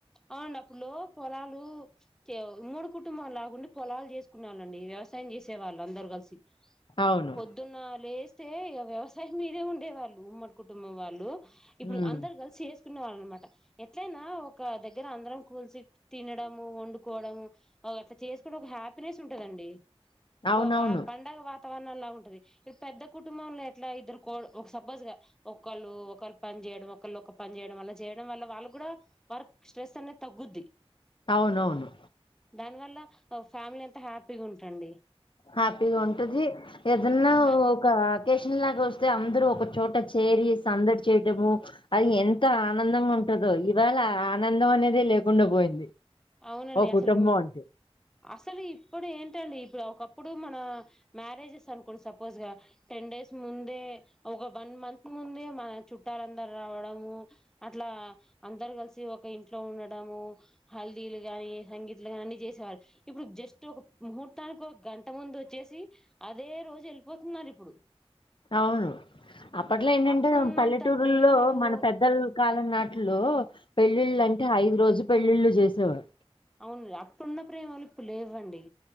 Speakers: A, in the centre; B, on the left (about 55°).
A: అవునండి అప్పుడులో పొలాలు చే మూడు కుటుంబాలు లాగ ఉండి పొలాలు చేసుకునే వెళ్ళండి వ్యవసాయం చేసే వాళ్ళు అందరు కలిసి
B: అవును
A: పొద్దున్న లే తే వ్యవసాయం మీదే ఉండేవాళ్ళు ఉమ్మడి కుటుంబం వాళ్ళు ఇప్పుడు
B: హ్మ్.
A: అందరూ గలిసి <unintelligible> వాళ్ళ అనమాట ఎట్లయినా ఒక దగ్గర అందరం కూల్చ తినడము వండుకోవడము అట్లా చేసుకొని ఒక హ్యాపీనెస్ ఉంటదండి ఒక
B: అవునవును
A: వా పండగ వా వాతావరణంలా ఉంటది ఇప్పు పెద్ద కుటుంబంలో ఎట్లా ఇద్దరు ఒక సపోజ్ గా ఒకళ్ళు ఒకళ్రు పని చేయడం ఒకళ్ళు ఒక పని చేయడం వల్ల చేయడం వల్ల వాళ్ళు కూడా వర్క్ స్ట్రెస్ అనే తగ్గుద్ది
B: అవునవును
A: దాని వల్ల ఫ్యామిలీ అంతా హ్యాపీగా ఉంటడి
B: హ్యాపీగా ఉంటుంది ఏదన్నా
A: ఇబ్బ
B: ఒక మన్ లాగా వస్తే అందరుూ ఒక చోట చేరి సందడి చేయటము అది ఎంత ఆనందంగా ఉంటదో ఇవాళ ఆనందం అనేదే లేకుండా పోయింది
A: అవునండి
B: ఓ కుటుంబం
A: అసలు
B: అంటే
A: అసలు ఇప్పుడు ఏంటండి ఇప్పుడు ఒక ఒకప్పుడు మన మ్యారేజెస్ అనుకోండి సపోజ్గా టెన్ డేస్ ముందే ఒక వన్ మంత్ ముందే మన చుట్టాలందరు రావడము అట్లా అందరు కలిసి ఒక ఇంట్లో ఉండడము హల్దీలు గాని సంగీతలు గాని అన్ని చేసేవాళ్ళు ఇప్పుడు జస్టు ఒక ముహూర్తానికో గంట ముందు వచ్చేసి అదే రోజు వెళ్ళిపోతున్నారు ఇప్పుడు
B: అవును అప్పట్లో ఏంటంటే
A: అప్పుడున్నంత
B: పల్లెటూరులో
A: ప్రేమలు
B: మన పెద్దల కాలం నాటిలో పెళ్లిళ్ళు అంటే ఐదు రోజు పెళ్ళిళ్ళు చేసేవారు
A: అవును అప్పుడున్న ప్రేమలు ఇప్పుడు లేవండి